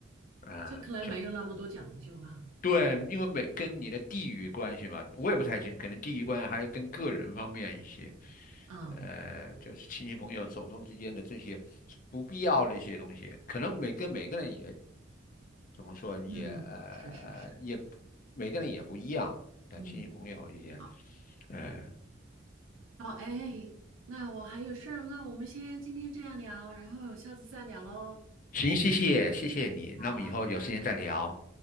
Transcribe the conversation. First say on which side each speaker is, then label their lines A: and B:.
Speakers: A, on the left; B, on the right.
A: 呃讲。
B: 就可能没有那么多讲究哈。
A: 对，因为每跟你的地域关系嘛，我也不太清，可能地域关系还有跟个人方面一些，
B: 啊，
A: 呃，就是亲戚朋友手中之间的这些不必要的一些东西，可能每跟每个人也怎么说也呃也
B: 嗯，是是是，
A: 每个人也不一样，呃，
B: 嗯。
A: 亲戚朋友一些，
B: 好。
A: 呃，
B: 好，哎，那我还有事儿那我们先今天这样聊，然后下次再聊喽。
A: 行，谢谢谢谢你，
B: 好，
A: 那么以后有时间再聊。
B: 拜拜。